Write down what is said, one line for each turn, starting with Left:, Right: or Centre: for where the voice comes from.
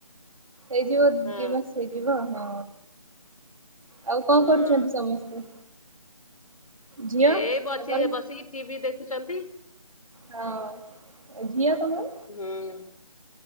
Right: ଏଇଯିବ
Left: ହଁ
Right: ଦି ମାସ ହେଇଯିବ ହଁ। ଆଉ କଣ
Left: ହଁ
Right: କରୁଛନ୍ତି ସମସ୍ତେ? ଝିଅ
Left: ଏଇ ବଚି
Right: ତମର
Left: ବସିକି ଟିଭି ଦେଖୁଛନ୍ତି।
Right: ହଁ ଝିଅ ତମର।
Left: ହୁଁ।